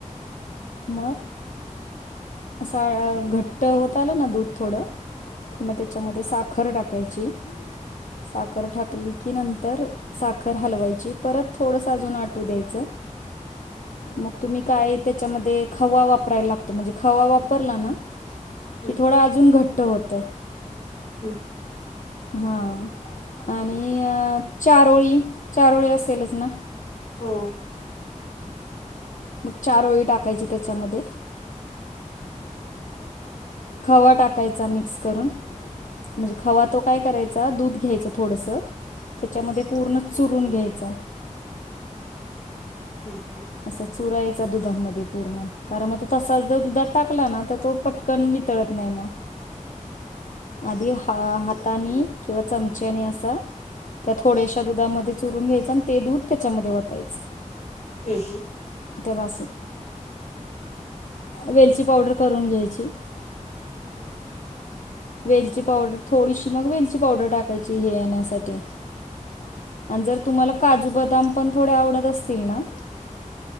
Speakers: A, on the left; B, on the left.
A: मग असा घट्ट होत आलं ना दूध थोडं मग त्याच्यामध्ये साखर टाकायची, साखर टाकली की नंतर साखर हलवायची, परत थोडंस अजून आटू द्यायचं. मग तुम्ही काय त्याच्यामध्ये खवा वापरायला लागतो, म्हणजे खवा वापरला ना,
B: हं.
A: की थोडा घट्ट होतं.
B: हम्
A: हा आणि चारोळी चारोळी असेलच ना?
B: हो
A: मग चारोळी टाकायची त्याच्यामध्ये.
B: <inaudible>
A: खवा टाकायचा मिक्स करून. म्हणजे खवा तो काय करायचा, दूध घ्यायचं थोडसं. त्याच्यामध्ये पूर्ण चुरून घ्यायच
B: हं ह.
A: अस चुरायचा दुधामध्ये पूर्ण कारण मग तो तसाच जर दुधात टाकला ना तर तो पट कन वितळत नाही मग. आधी ह हातानी किंवा चमच्यानी अस त्या थोड्याशा दुधामध्ये चुरून घ्यायचं आणि ते दूध त्याच्यामध्ये वतायचं.
B: हम <unintelligible>
A: त्या वेलची पावडर करून घ्यायचे. वेलची पावडर थोडीशी मग वेलची पावडर टाकायची हे येण्यासाठी. आणि जर तुम्हाला काजू बदाम पण थोडे आवडत असतील ना.